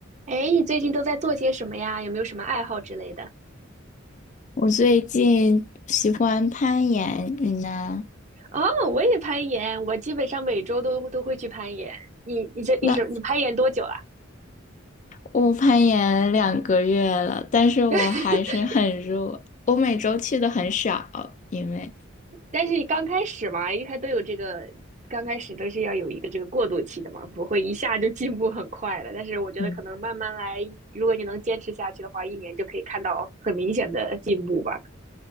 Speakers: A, on the right (about 35°); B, on the left (about 35°).
A: 哎，你最近都在做些什么呀？有没有什么爱好之类的？
B: 我最近喜欢攀岩，你呢？
A: 哦，我也攀岩，我基本上每周都都会去攀岩。你你这你是你攀岩多久了？
B: 那我攀岩两个月了，但是我还是很弱。
A: <laughs>
B: 我每周去的很少，因为
A: 但是你刚开始嘛，一开都有这个，刚开始都是要有一个这个过渡期的嘛，不会一下就进步很快的。但是我觉得可能慢慢来，
B: 嗯，
A: 如果你能坚持下去的话，一年就可以看到很明显的进步吧。